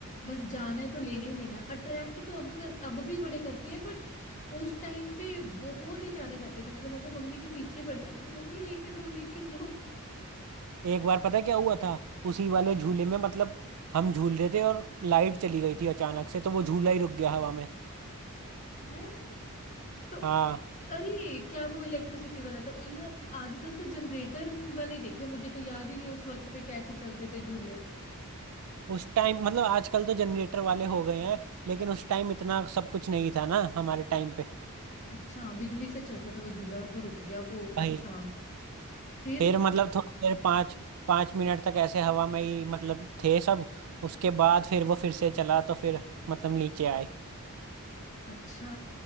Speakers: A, on the left; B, on the right.
A: बस जाना है तो लेना ही लेना है अट्रैक्ट तो अब कर अब भी बड़े करते हैं बट उस टाइम पे बहुत ही ज्यादा करते थे मतलब मैं तो मम्मी के पीछे पड़ जाती थी मम्मी लेके दो लेके दो
B: एक बार पता है क्या हुआ था उसी वाले झूले में मतलब हम झूल रहे थे और लाइट चली गई थी अचानक से तो वो झूला ही रुक गया हवा में
A: है तो
B: हाँ
A: अरे क्या वो इलेक्ट्रिसिटी वाला था ओ यार आजकल तो जनरेटर वाले देखे मुझे तो याद ही नहीं उस वक्त पे कैसे चलते थे झूले।
B: उस टाइम मतलब आजकल तो जनरेटर वाले हो गए हैं लेकिन उस टाइम इतना सब कुछ नहीं था ना हमारे टाइम पे
A: अच्छा बिजली से चलता था वो झूला और वो रुक गया वो
B: भाई
A: अच्छा फिर
B: फिर मतलब थोड़ी देर पाँच पाँच मिनट तक ऐसे हवा में ही मतलब थे सब उसके बाद फिर वो फिर से चला तो फिर मतलब नीचे आए
A: अच्छा